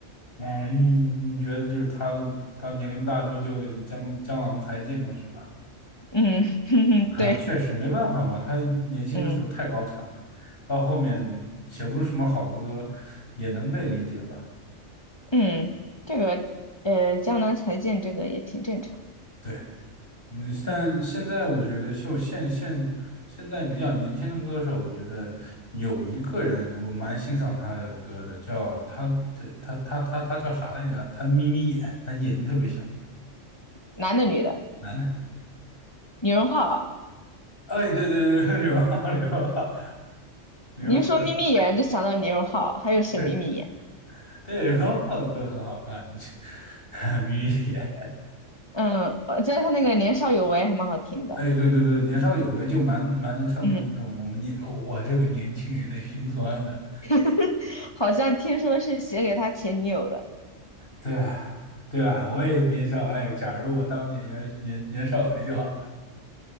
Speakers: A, on the left; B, on the left.
A: 啊，你你觉得就是他他年龄大之后就有点江江郎才尽了，是吧？
B: 嗯，
A: <laughs> 啊，
B: <laughs> 对，
A: 确实没办法嘛，他年轻的时候太高产了，
B: 嗯。
A: 到后面写不出什么好歌，也能被理解吧？
B: 嗯，这个呃，江南才尽这个也挺正常。
A: 对。嗯，但现在我觉得就现现现在比较年轻的歌手，
B: 嗯，
A: 我觉得有一个人我蛮欣赏他的歌的，叫他他他他他他叫啥来着？他眯眯眼，他眼睛特别小，
B: 男的女的，
A: 男的。
B: 李荣浩，
A: 哎，对对对，对，刘浩刘浩刘浩，
B: 你一说眯眯眼就想到李荣浩，还有谁眯眯眼？
A: 对对刘浩的歌很好看，<laughs> 眯眯眼。
B: 嗯，我觉得他那个年少有为还蛮好听的。
A: 哎，对对对，年少有为就蛮蛮能唱出这种我们年我这个年轻人的心酸的。
B: 嗯，<laughs> 好像听说是写给他前女友的，
A: 对啊，对啊，我也年少。哎，假如我当年年年年少有为就好。